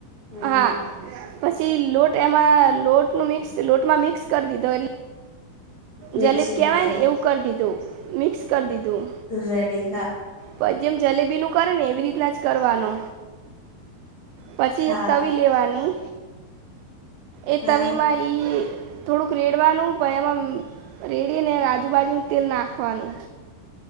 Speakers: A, on the left (about 30°); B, on the right (about 85°).
A: હમ
B: હા પછી લોટ એમાં લોટ નું મિક્સ લોટમાં મિક્સ કરી દીધો એટ
A: મિક્સિંગ
B: જલેબ કહેવાય
A: કર્યો
B: ને એવું કરી દીધું મિક્સ કરી દીધું
A: વેરી
B: પણ જેમ જલેબીનું કરે ને એવી રીતના જ કરવાનો પછી
A: હા
B: એક તવી લેવાની એ
A: હા
B: તવીમાં એ થોડુંક રેડવાનું પ એમાં રેડી ને આજુબાજુું તેલ નાખવાનુ